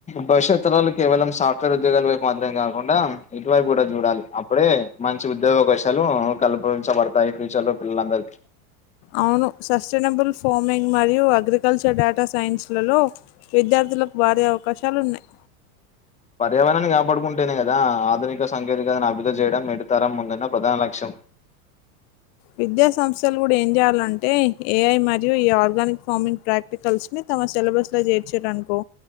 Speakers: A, on the left; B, on the left.
A: భవిష్యత్ తరాలు కేవలం సాఫ్ట్వేర్ ఉద్యోగాల వైపు మాత్రమే కాకుండా ఇటువైపు కూడ చూడాలి అప్పుడే మంచి ఉద్యోగ అవ కాశాలు కల్పించబడతాయి ఫ్యూచర్ లో పిల్ల లందరికి
B: అవును సస్టైనబుల్ ఫార్మింగ్ మరియు అగ్రికల్చర్ డేటా సైన్స్లలో విద్యార్ధి లకు భారీ అవకాశాలు ఉన్నాయి
A: పర్యావరణాన్ని కాపాడుకుంటేనే కదా ఆధునిక సాంకేతికతను అభివృద్ధి చేయడం నేటితరం ముందన్న ప్రధాన లక్ష్యం
B: విద్యా సంస్థలు కూడా ఏం చేయాలంటే ఏఐ మరియు ఈ ఆర్గానిక్ ఫార్మింగ్ ప్రాక్టికల్స్ ని తమ సిలబస్ లో చేర్చారనుకో